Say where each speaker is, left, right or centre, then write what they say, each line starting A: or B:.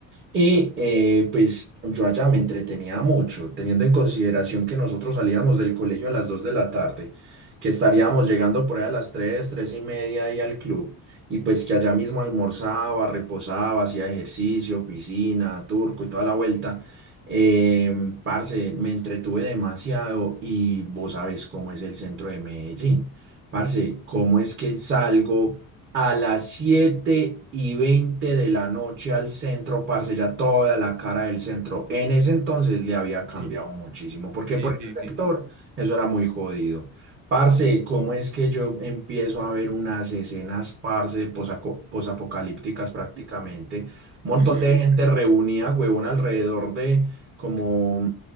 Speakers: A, on the right; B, on the right.
A: Y eh, pues yo allá me entretenía mucho, teniendo en consideración que nosotros salíamos del colegio a las 2 de la tarde, que estaríamos llegando por ahí a las tres tres y media ahí al club, y pues que allá mismo almorzaba, reposaba, hacía ejercicio, piscina, turco y toda la vuelta. Eh, parce, me entretuve demasiado y vos sabes cómo es el centro de Medellín. Parce, ¿cómo es que salgo a las siete y veinte de la noche al centro, parce? Ya toda la cara del centro. En ese entonces le había cambiado
B: Sí,
A: muchísimo, porque
B: sí,
A: por
B: sí,
A: ese
B: sí.
A: sector eso era muy jodido. Parce, ¿cómo es que yo empiezo a ver unas escenas, parce, posaco- posapocalípticas prácticamente?
B: <laughs>
A: Un montón de gente reunida, huevón, alrededor de como,